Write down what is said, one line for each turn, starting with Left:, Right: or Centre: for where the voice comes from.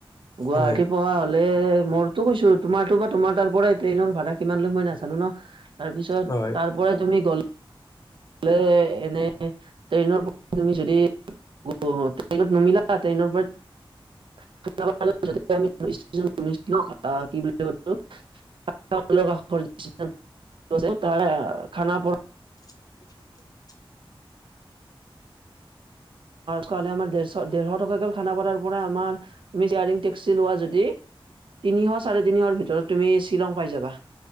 Right: গুৱাহাটী
Left: হয়
Right: পৰা- লে মোৰতো কৈছো তোমাৰটো বা তোমাৰ তাৰ পৰাই ট্ৰেইনৰ ভাড়া কিমান লয় মই নাজানো ন। তাৰপিছত
Left: হয়
Right: তাৰ পৰাই তুমি গ'লে এনেই ট্ৰেইনৰ পৰা- তুমি যদি ট্ৰেইনত নামিলা ট্ৰেইনৰ পৰাই- <unintelligible> <unintelligible> খানাাপ-
Left: <unintelligible>
Right: কাৰণে আমাৰ ডেৰশ টকাকে খানা পৰাৰ পৰা আমাৰ মিছয়াৰিং টেক্সি লোৱা যদি- তিনিশ চাৰে তিনিশৰ ভিতৰত তুমি শ্বিলং পাই যাবা।